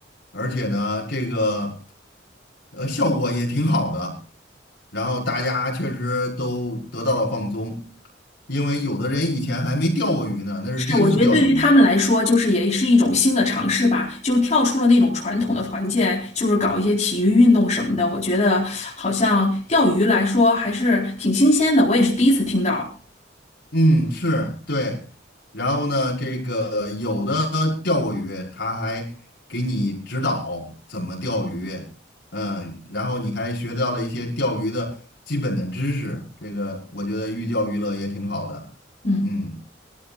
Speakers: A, on the left (about 65°); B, on the left (about 40°).
A: 而且呢，这个呃效果也挺好的。然后大家确实都得到了放松，因为有的人以前还没钓过鱼呢，那是第一次钓鱼。
B: 是，我觉得对于他们来说，就是也是一种新的尝试吧，就是跳出了那种传统的团建，就是搞一些体育运动什么的。我觉得好像钓鱼来说还是挺新鲜的，我也是第一次听到。
A: 嗯，是对。然后呢，这个有的钓过鱼，他还给你指导怎么钓鱼，嗯，然后你还学到了一些钓鱼的基本的知识。这个我觉得寓教于乐也挺好的。
B: 嗯。
A: 嗯，